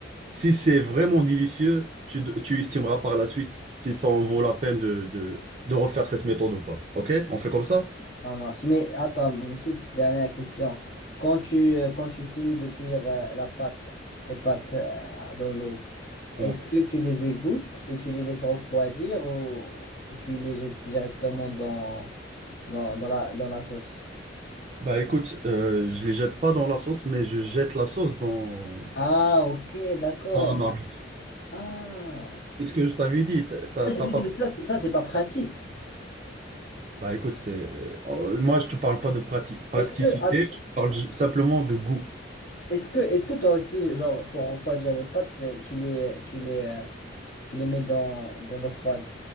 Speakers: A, on the right; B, on the left.
A: si c'est vraiment délicieux, tu, tu estimeras par la suite si ça en vaut la peine de, de, de refaire cette méthode ou pas. OK? On fait comme ça?
B: Ça marche. Mais attends, une petite dernière question. Quand tu, euh, quand tu finis de cuire euh, la pâte, les pâtes euh, dans l'eau, est-ce
A: Ouais.
B: que tu les égouttes et tu les laisses refroidir ou, ou tu les jettes directement dans, dans, dans la, dans la sauce?
A: Bah écoute, euh, je les jette pas dans la sauce, mais je jette la sauce dans,
B: Ah, ok, d'accord.
A: dans la marmite.
B: Ah,
A: C'est ce que je t'avais dit, t'as t'as-
B: Ah, c'est-
A: t'as
B: mais
A: pas.
B: c'est- ça, c'est- ça c'est pas pratique.
A: Bah écoute, c'est euh, euh, moi je te parle pas de prati- practicité,
B: Est-ce que, att-
A: je te parle ju- simplement de goût.
B: est-ce que, est-ce que toi aussi, genre, pour refroidir les pâtes, euh, tu les, tu les, euh, tu les mets dans, dans l'eau froide?